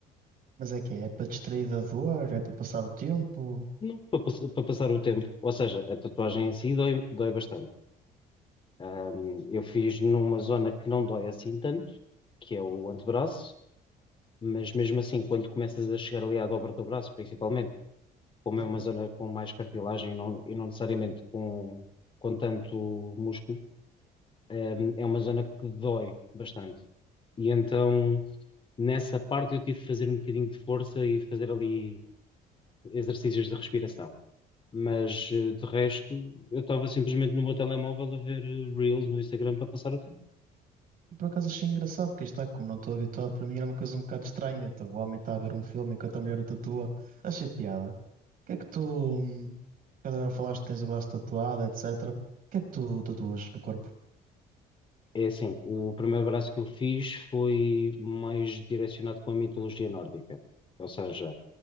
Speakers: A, on the right; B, on the left.
A: Mas é que é, é para distrair da dor, é para passar o tempo.
B: Não, para, pass- para passar o tempo. Ou seja, a tatuagem em si dói, dói bastante. Ahm, eu fiz numa zona que não dói assim tanto, que é o antebraço, mas mesmo assim, quando começas a chegar ali à dobra do braço, principalmente, como
A: Hum?
B: é uma zona com mais cartilagem e não, e não necessariamente com, com tanto músculo, hum, é uma zona que dói bastante. E então, nessa parte, eu tive que fazer um bocadinho de força e fazer ali exercícios de respiração. Mas, eh, de resto, eu estava simplesmente no meu telemóvel a ver eh, Reels no Instagram para passar o tempo.
A: Por acaso achei engraçado, porque está, como não estou habituado, para mim era uma coisa um bocado estranha. Então, o homem está a ver um filme enquanto a mulher o tatua. Achei piada. O que é que tu. hum, Agora falaste que tens o braço tatuado, etc. O que é que tu tatuas no corpo?
B: É assim, o primeiro braço que eu fiz foi mais direcionado com a mitologia nórdica. Ou seja,